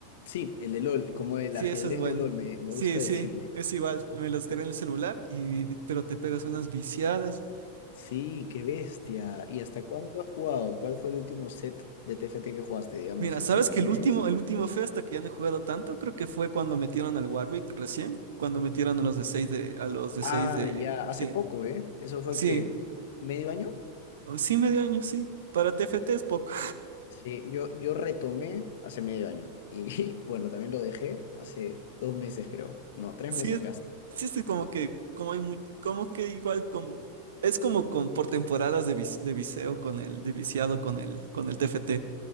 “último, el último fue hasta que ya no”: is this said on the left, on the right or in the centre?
Right